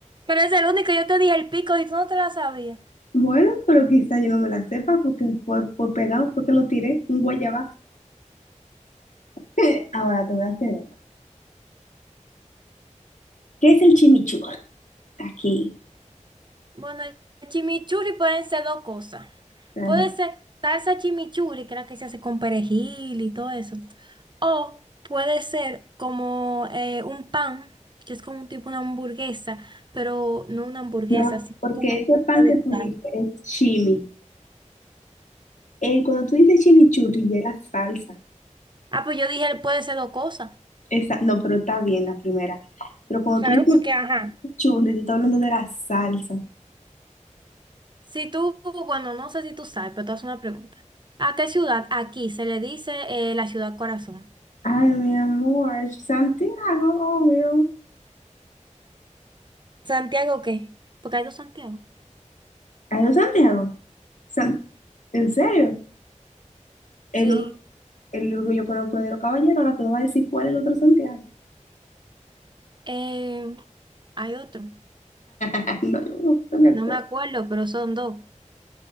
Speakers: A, on the right; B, on the left.
A: Pero es el único, yo te dije el pico y tú no te la sabías.
B: bueno, pero quizá yo no me la sepa porque fue, fue pegado, fue que lo tiré, un guayabazo. <laughs> Ahora te voy a hacer otra. ¿Qué es el chimichurri? aquí.
A: Bueno, el chimichurri pueden ser dos cosas.
B: Ajá.
A: Puede ser salsa chimichurri, que es la que se hace con perejil y todo eso. O puede ser como eh, un pan, que es como un tipo una hamburguesa, pero no una hamburguesa,
B: No,
A: así
B: porque
A: como una
B: ese
A: comida
B: pan que
A: de
B: tú
A: calle.
B: dices es chimi. Eh, cuando tú dices chimichurri, ya es la salsa.
A: Ah, pues yo dije, puede ser dos cosas.
B: Esa, no, pero está bien la primera. Pero cuando
A: Claro,
B: tú dices
A: porque ajá.
B: chimichurri tú estás hablando de la salsa.
A: Si tú, bueno, no sé si tú sabes, pero te hago una pregunta. ¿A qué ciudad aquí se le dice eh, la ciudad corazón?
B: Ay, mi amor, Santiago, obvio.
A: ¿Santiago qué? Porque hay dos Santiago.
B: Ay, no, Santiago. San- ¿En serio? El,
A: Sí.
B: el único que yo conozco es de los caballeros, ahora tú me vas a decir cuál es el otro Santiago.
A: Eh, hay otro,
B: <laughs> no, yo no, no me acuerdo.
A: no me acuerdo, pero son dos.